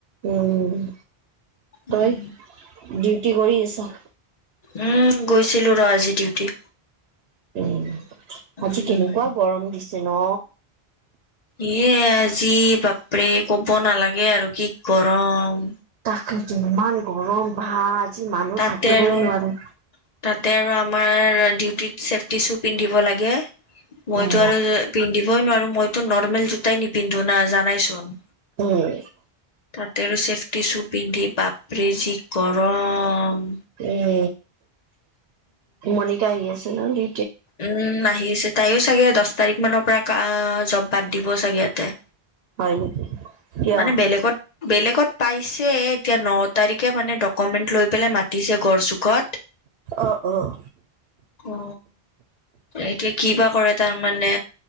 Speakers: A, on the right; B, on the left.
A: উম।
B: উম,
A: তই? ডিউটি কৰি আছা?
B: উম, গৈছিলো ৰ আজি ডিউটি৷
A: উম৷
B: উম।
A: আজি কেনেকুৱা গৰম দিছে ন?
B: ইয়ে আজি বাপৰে ক'ব নালাগে আৰু কি গৰম।
A: সেটোৱে ইমান গৰম ভা আজি মানুহ
B: তাতে
A: থাকিবই
B: আৰু
A: নোৱাৰি।
B: তাতে আৰু আমাৰ ডিউটিত চেফটি শ্বু পিন্ধিব লাগে। মইতো
A: উম,
B: আৰু পিন্ধিবই নোৱাৰো মইতো নত নৰ্মেল জোতাই নিপিন্ধো না জনাই চোন৷
A: উম,
B: তাতে আৰু চে টি শ্বু পিন্ধি বাপৰে যি গৰম।
A: উম, মণিকা আহি আছে না? ডি
B: উম আহি আছে৷ তাইয়ো চাগে দছ তাৰিখ মানৰ পৰা কা জব বাদ দিব চাগে ইয়াতে ৷
A: হয় নেকি? কিয়?
B: মানে বেলেগত-বেলেগত, পাইছে এতিয়া ন তাৰিখে মানে ডক্ মেট লৈ পেলাই মাতিছে গড়চুকত৷
A: অ', অ',
B: অ এইটোয়ে কি বা কৰে তাৰ মানে?